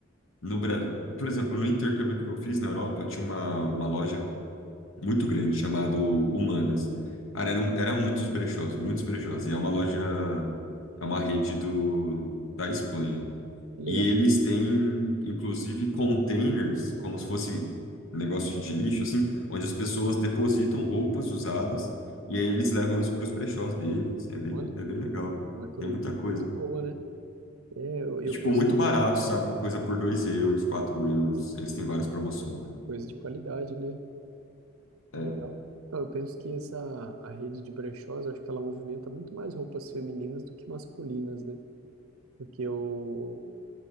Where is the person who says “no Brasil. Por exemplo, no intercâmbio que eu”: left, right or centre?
Left